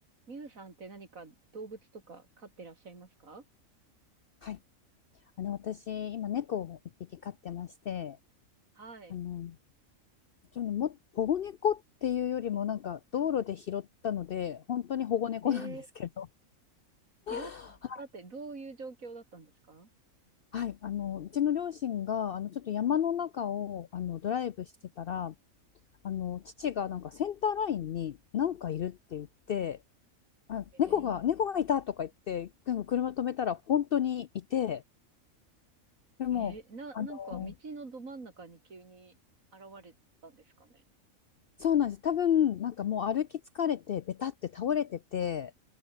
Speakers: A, on the right; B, on the left.
A: ミュウさんって何か動物とか飼ってらっしゃいますか
B: はい。あの、私、今、猫を一匹飼ってまして、
A: はい。
B: あの、ちょっとも、保護猫っていうよりも、なんか、道路で拾ったので、本当に保護猫なんですけど、
A: えー、拾ったってどういう状況だったんですか
B: <laughs> はい、あの、うちの両親が、あの、ちょっと山の中を、あの、ドライブしてたら、あの、父が、なんか、センターラインに、なんかいるって言って、あ、
A: えへ
B: 猫が、猫がいたとか言って、でも車止めたら、本当にいて、でも、
A: えー、な、
B: あの、
A: なんか道のど真ん中に急に現れたんですかね
B: そうなんです。多分、なんかもう歩き疲れて、ベタって倒れてて、